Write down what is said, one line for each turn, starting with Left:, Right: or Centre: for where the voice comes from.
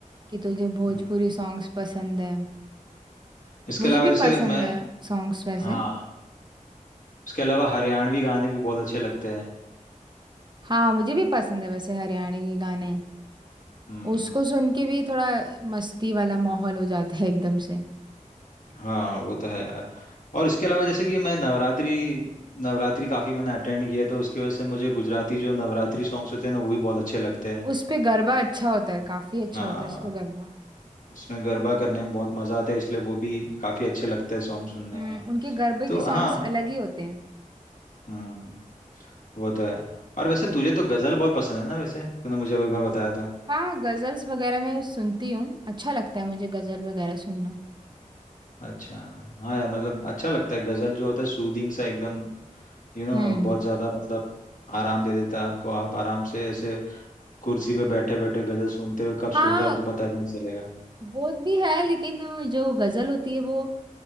Right: कि तुझे भोजपुरी
Left: हम्म।
Right: सॉन्ग्स पसंद है
Left: इसके
Right: मुझे
Left: अलावा
Right: भी
Left: जैसे
Right: पसंद
Left: मैं
Right: है सॉन्ग्स वैसे
Left: हाँ इसके अलावा हरियाणवी गाने भी बहुत अच्छे लगते हैं
Right: हाँ मुझे भी पसंद है वैसे हरियाणवी गाने
Left: हम्म
Right: उसको सुन के भी थोड़ा मस्ती वाला माहौल हो जाता है एकदम से
Left: हाँ वो तो है यार और इसके अलावा जैसे कि मैं नवरात्रि नवरात्रि काफी मैंने अटेंड किया है, तो उसकी वजह से मुझे गुजराती जो नवरात्रि सॉन्ग्स होते हैं ना वो भी बहुत अच्छे लगते हैं
Right: उस पे गरबा अच्छा होता है काफी अच्छा
Left: हाँ
Right: होता है उस पे गरबा
Left: इसमें गरबा करने में बहुत मजा आता है इसलिए वो भी काफी अच्छे लगते हैं सॉन्ग सुनने
Right: हम्म
Left: में
Right: उनके गरबे
Left: तो
Right: के सॉन्ग्स
Left: हाँ
Right: अलग ही होते हैं
Left: हम्म वो तो है और वैसे तुझे तो गजल बहुत पसंद है ना वैसे तूने मुझे वो एक बार बताया था
Right: हाँ गजल्स वगैरह मैं सुनती हूँ अच्छा लगता है मुझे गजल वगैरह सुनना
Left: अच्छा हाँ यार मतलब अच्छा लगता है गजल जो होता है सूदिंग सा एकदम यू you नो
Right: हम्म
Left: know, बहुत ज्यादा मतलब आराम दे देता है आपको आप आराम से ऐसे कुर्सी पे बैठे बैठे गजल सुनते हुए कब सो
Right: हाँ
Left: जाओ आपको पता भी नहीं चलेगा
Right: वो भी है लेकिन जो गजल होती है वो